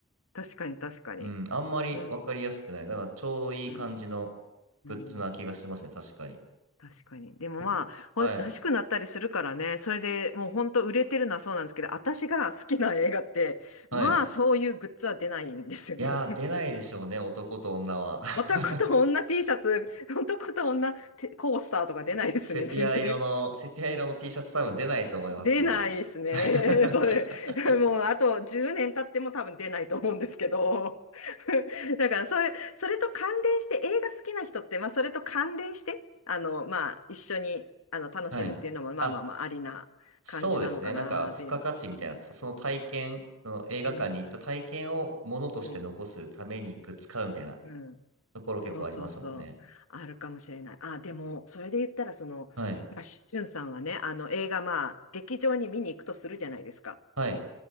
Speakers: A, on the left; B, on the right.
A: 確かに確かに。
B: うん、あんまり分かりやすくない。
A: うん
B: だからちょうどいい感じのグッズな気がしますね。
A: うんうん、
B: 確かに。
A: 確かに。でもまあ、
B: 僕、はい。
A: ほ欲しくなったりするからね、それでもう本当売れてるのはそうなんですけど、私が好きな映画って、
B: はい。
A: まあそういうグッズは出ないんですよね。
B: いやー、
A: <laughs>
B: 出ないでしょうね、男と女は。<laughs>
A: 男と女 T シャツ、男と女てコースターとか出ないですね、
B: セピア色の、
A: 全然。
B: セピア色の T シャツ多分出ないと思いますね。
A: 出ないですね。
B: <laughs>
A: <laughs> それ。<laughs> もう、あと10年経っても多分出ないと思うんですけど。<laughs> だから、それ、それと関連して、映画好きな人って、まあ、それと関連して、あの、まあ、一緒に、あの、楽しむっていうのも、
B: はい。
A: まあまあまあ、
B: あ、
A: ありな感じなのかなっていう。
B: そうですね。なんか、付加価値みたいな、たその体験、その映画館に行った体験をものとして残すためにグッズ買うみたいな
A: うん、うん、うん。
B: ところ結構ありますもんね。
A: そうそうそう。あるかもしれない。あ、でも、それで言ったら、その、
B: はい。
A: まあ、しゅんさんはね、あの、映画、まあ、劇場に見に行くとするじゃないですか。
B: はい。